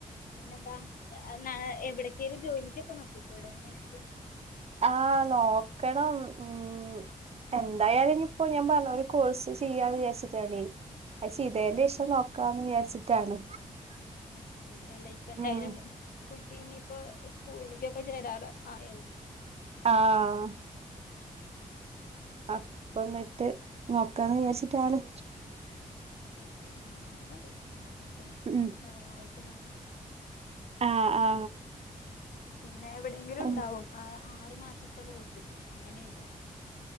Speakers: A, on the left; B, on the right.
A: പിന്നെന്താ ന്നാണ് എവിടക്കെ ഒരു ജോലിക്കൊക്കെ നോക്കികൂടെ നിനക്ക്
B: ആഹ് നോക്കണം ഉം എന്തായാലും ഇനി ഇപ്പോ ഞാൻ പറഞ്ഞു ഒരു കോഴ്സ് ചെയ്യാന്ന് വിചാരിച്ചിട്ടണ്ടി അത് ചെയ്തെന്റെ ശേഷം നോക്കാന്ന് വിചാരിച്ചിട്ടാണ്
A: ആഹ് ശരി അല്ല ഇപ്പ എന്തായാലും
B: ഉം
A: കുട്ടി നിപ്പോ സ്കൂളിലേക്കൊക്കെ ചേരാറ് ആയല്ല
B: ആഹ് അപ്പ എന്നിട്ട് നോക്കാന്ന് വിചാരിച്ചിട്ടാണ്
A: അത് ശരി ആഹ് അത് മതി അതൊക്കെയി
B: ഉം
A: വരവായി ട്ട് മതി
B: ആ ആ
A: പിന്നെ എവിടെങ്കിലും
B: ഉം.
A: ഉണ്ടാവും ആഹ് ആറു മാസത്തെ കോഴ്സില്ലേ അങ്ങനെ ഉണ്ടാവും